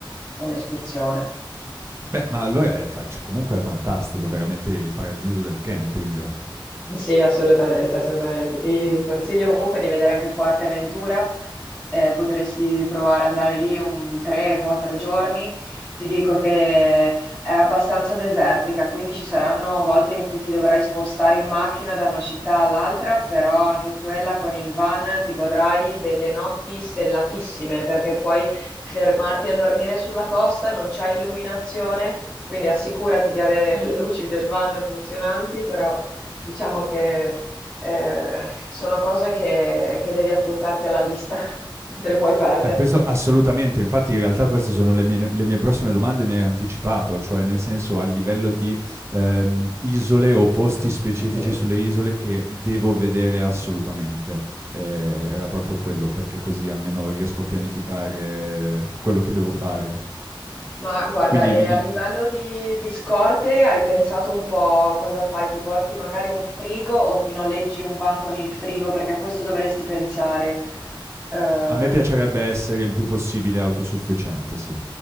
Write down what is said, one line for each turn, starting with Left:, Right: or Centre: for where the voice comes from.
Centre: un'escursione.
Right: Beh, ma allora è fa cioè comunque è fantastico, veramente il paradiso del camping.
Centre: Sì, assolutamente, assolutamente. Ti, ti consiglio comunque di vedere anche Fuerteventura. Eh, potresti provare ad andare lì un 3-4 giorni. Ti dico che è abbastanza desertica, quindi ci saranno volte in cui ti dovrai spostare in macchina da una città all'altra, però anche quella con il van ti godrai delle notti stellatissime perché puoi fermarti a dormire sulla costa, non c'è illuminazione. Quindi assicurati di avere <laughs> le luci del van funzionanti, però Diciamo che eh, sono cose che, che devi appuntarti alla lista, <laughs> non te le puoi perdere.
Right: Eh, questo assolutamente, infatti in realtà queste sono le mie, le mie prossime domande, mi hai anticipato, cioè nel senso a livello di ehm, isole o posti specifici
Centre: Mhm.
Right: sulle isole che devo vedere assolutamente. Eh, era proprio quello, perché così almeno riesco a pianificare quello che devo fare.
Centre: Ma guarda,
Right: Quindi
Centre: e
Right: mi
Centre: a
Right: dici,
Centre: livello di, di scorte hai pensato un po' cosa fai? Ti porti magari un frigo o ti noleggi un van con il frigo? Perché a questo dovresti pensare. Eh,
Right: a me piacerebbe essere il più possibile autosufficiente, sì.